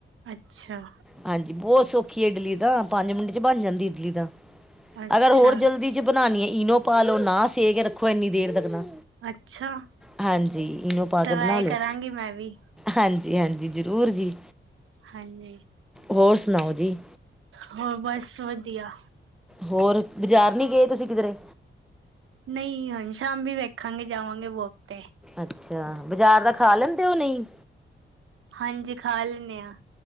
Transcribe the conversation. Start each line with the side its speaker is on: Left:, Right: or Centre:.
Right: ਅੱਛਾ।
Centre: ਹਾਂਜੀ ਬਹੁਤ ਸੌਖੀ ਇਡਲੀ ਦਾ ਪੰਜ ਮਿੰਟ ਚ ਬਣ ਜਾਂਦੀ ਇਡਲੀ ਦਾ
Right: ਅੱਛਾ,
Centre: ਅਗਰ ਹੋਰ ਜਲਦੀ ਚ ਬਣਾਉਣੀ ਹੈ ਇਨੋ ਪਾ ਲਓ ਨਾ ਸੇ ਕੇ ਰੱਖੋ ਇੰਨੀ ਦੇਰ ਤੱਕ ਨਾ
Right: ਅੱਛਾ
Centre: ਹਾਂਜੀ ਇਹਨੂੰ ਪਾ
Right: ਟਰਾਈ
Centre: ਕੇ ਬਣਾ ਲਿਓ
Right: ਕਰਾਂਗੀ ਮੈਂ ਵੀ,
Centre: ਹਾਂਜੀ ਜ ਹਾਂਜੀ ਜ਼ਰੂਰ ਜੀ
Right: ਹਾਂਜੀ
Centre: ਹੋਰ ਸੁਣਾਓ ਜੀ
Right: ਹੋਰ ਬਸ ਵਧੀਆ
Centre: ਹੋਰ ਬਾਜ਼ਾਰ ਨਹੀਂੀ ਗਏ ਤੁਸੀਂ ਕਿਧਰੇ
Right: ਨਹੀਂ ਹੁਣ ਸ਼ਾਮ ਵੀ ਵੇਖਾਂਗੇ ਜਾਵਾਂਗੇ ਬੁਕ ਤੇ
Centre: ਅੱਛਾ ਬਜ਼ਾਰ ਦਾ ਖਾ ਲੈਂਦੇ ਉਹ ਨਹੀਂ
Right: ਹਾਂਜੀ ਖਾ ਲੈਂਦੇ ਹਾਂ